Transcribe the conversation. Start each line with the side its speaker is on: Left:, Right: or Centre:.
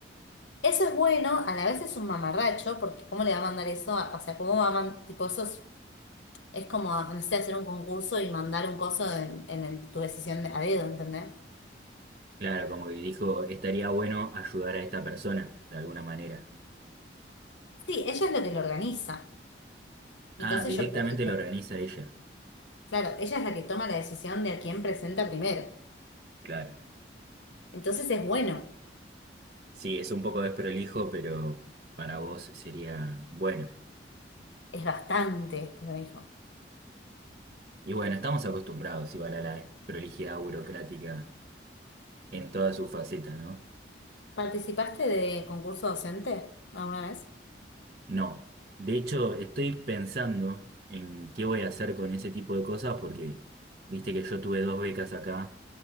Left: Eso es bueno, a la vez es un mamarracho, porque ¿cómo le va a mandar eso? a- o sea, ¿cómo va a mandar, tipo, eso es, es como, necesitas hacer un concurso y mandar un coso en, en el- tu decisión de, a dedo, ¿entendés?
Right: Claro, como que dijo, estaría bueno ayudar a esta persona, de alguna manera.
Left: Sí, ella es la que lo organiza. Entonces
Right: Ah, directamente
Left: yo creo que,
Right: lo organiza ella.
Left: claro, ella es la que toma la decisión de a quién presenta primero.
Right: Claro.
Left: Entonces es bueno,
Right: Sí, es un poco desprolijo, pero para vos sería bueno.
Left: es bastante, pero dijo.
Right: Y bueno, estamos acostumbrados igual a la prolijidad burocrática en todas sus facetas, ¿no?
Left: ¿Participaste de concurso docente alguna vez?
Right: No. De hecho, estoy pensando en qué voy a hacer con ese tipo de cosas porque, viste que yo tuve dos becas acá,